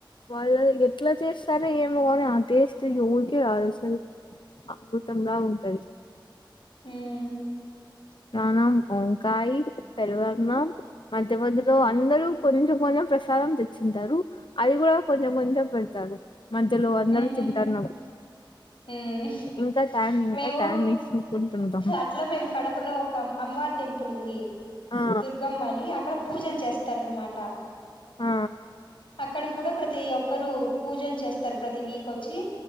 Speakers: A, on the left; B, on the left.
A: వాళ్ళు ఎట్లా చేస్తారో ఏమ కాని ఆ టెస్ట్ స ఊరిక రాదు అసలు అమృతంలా ఉంటంది
B: హ్మ్
A: త నాం ఓంకాయి పెరుగన్నం మధ్య మధ్యలో అందరూ కొంచెం కొంచెం ప్రసాదం తెచ్చింటారు అది కూడా కొంచెం కొంచెం పెడతారు మధ్యలో అందరూ
B: ఊహూ
A: తింటారున్నా
B: హ్మ్
A: ఇంకా ట్యాన్ ఇంకా
B: మేము
A: ట్యాన్ అనుకుంటుంటాం
B: అట్లా మేము కడపలో ఒక అమవార్ టెంపుల్ ఉంది
A: ఆ
B: దుర్గమ్మని అక్కడ పూజలు చేస్తారనమాట
A: ఆ
B: అక్కడ కూడా ప్రతి ఒక్కరు పూజలు చేస్తారు తర్ ప్రతి వీక్ వచ్చి